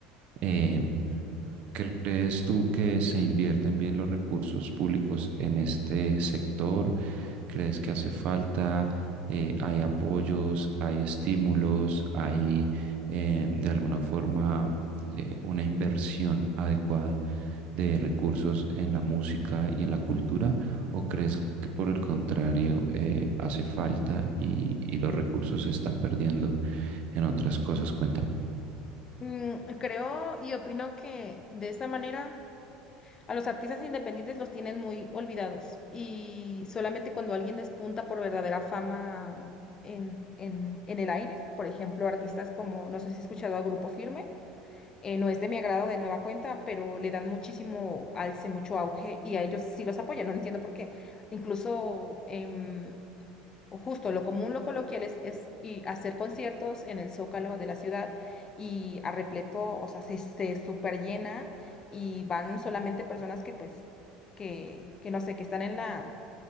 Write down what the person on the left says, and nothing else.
Mm, creo y opino que de esa manera a los artistas independientes los tienen muy olvidados y solamente cuando alguien despunta por verdadera fama en, en, en el aire, por ejemplo, artistas como, no sé si has escuchado a Grupo Firme. eh, no es de mi agrado de nueva cuenta, pero le dan muchísimo alce, mucho auge y a ellos sí los apoyan. No entiendo por qué. Incluso em, justo lo común, lo coloquial es, es y hacer conciertos en el Zócalo de la ciudad y a repleto, o sea, se, se super llena y van solamente personas que pues, que, que no sé, que están en la